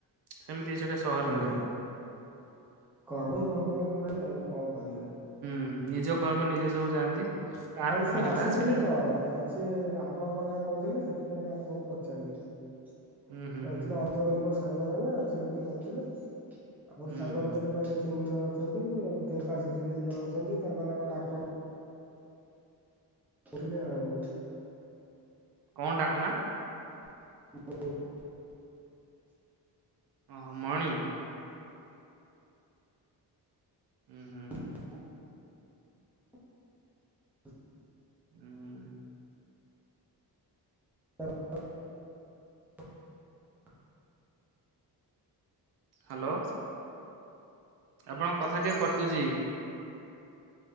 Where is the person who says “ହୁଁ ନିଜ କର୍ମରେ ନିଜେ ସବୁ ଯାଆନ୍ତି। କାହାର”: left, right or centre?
Right